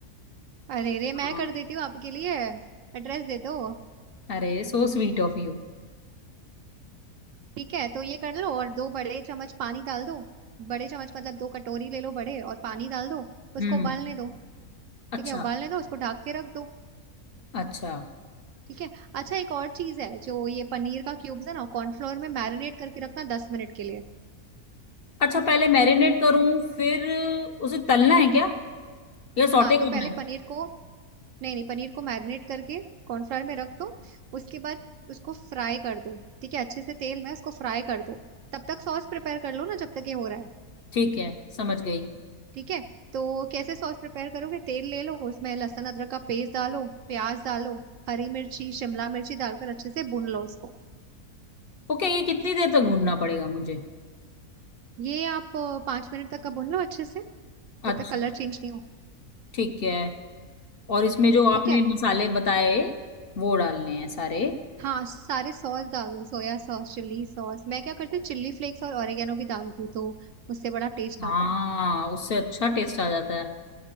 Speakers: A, on the right; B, on the left.
A: अरे रे
B: हाँ
A: मैं कर देती हूँ आपके लिए एड्रेस दे दो
B: अरे सो स्वीट ऑफ यू
A: ठीक है तो ये कर लो और दो बड़े चम्मच पानी डाल दो बड़े चम्मच मतलब दो कटोरी ले लो बड़े और पानी डाल दो उसको
B: हम्म
A: उबालने दो
B: अच्छा
A: ठीक है उबालने दो उसको ढक के रख दो
B: अच्छा
A: ठीक है अच्छा एक और चीज है जो ये पनीर का क्यूब्स है ना कॉर्नफ्लोर में मैरिनेट करके रखना दस मिनट के लिए
B: अच्छा पहले मैरिनेट करूं फिर उसे तलना है क्या या सॉटे
A: हाँ तो
B: करना
A: पहले
B: है
A: पनीर को नहीं नहीं पनीर को मैरिनेट करके कॉर्नफ्लोर में रख दो उसके बाद उसको फ्राई कर दो ठीक है अच्छे से तेल में उसको फ्राई कर दो तब तक सॉस प्रिपेयर कर लो ना जब तक ये हो रहा है
B: ठीक है समझ गई
A: ठीक है तो कैसे सॉस प्रिपेयर करोगे तेल ले लो उसमें लहसुन अदरक का पेस्ट डालो प्याज डालो हरी मिर्ची शिमला मिर्ची डालकर अच्छे से भून लो उसको
B: ओके ये कितनी देर तक भूनना पड़ेगा मुझे
A: ये आप अ, पाँच मिनट तक का भून लो अच्छे से जब
B: अच्छा
A: तक कलर चेंज नहीं हो
B: ठीक है और इसमें जो आपने
A: ठीक है
B: मसाले बताए वो डालने हैं सारे
A: हाँ सारे सॉस डाल दो सोया सॉस चिल्ली सॉस मैं क्या करती हूँ चिल्ली फ्लेक्स और ऑरिगेनो भी डालती हूँ तो उससे बड़ा टेस्ट
B: हाँ
A: आता है
B: उससे अच्छा टेस्ट आ जाता है